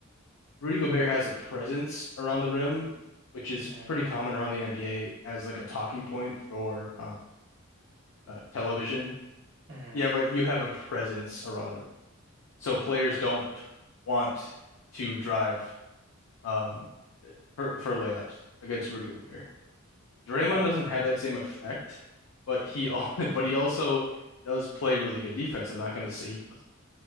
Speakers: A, on the left; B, on the right.
A: Rudy Gobert has a presence around the rim, which is
B: Mm-hmm.
A: pretty common around the NBA as like a talking point for um, uh, television.
B: Mm-hmm.
A: Yeah, but you have a presence around the rim. So players don't want to drive um, for for layups against Rudy Gobert. Draymond
B: Oh.
A: doesn't have that same effect, but he al- <laughs> but he also does play really good defense. I'm not going to say he doesn't.